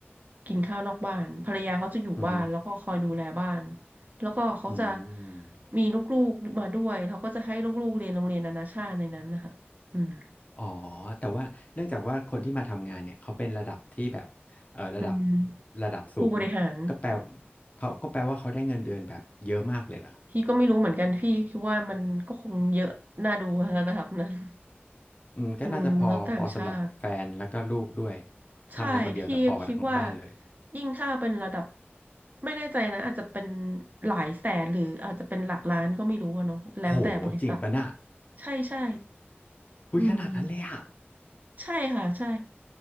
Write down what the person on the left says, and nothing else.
อือฮึ
อืม
อ๋อแต่ว่าเนื่องจากว่าคนที่มาทำงานเนี่ยเขาเป็นระดับที่แบบเออระดับ
ระดับสูง
ก็แปลเขาก็แปลว่าเขาได้เงินเดือนแบบเยอะมากเลยล่ะครับ
อืมก็น่าจะพอพอสำหรับแฟนแล้วก็ลูกด้วย
ทำงานคนเดียวแต่พอทั้งบ้านเลย
โหจริงปะน่ะ
คุยขนาดนั้นเลยอะ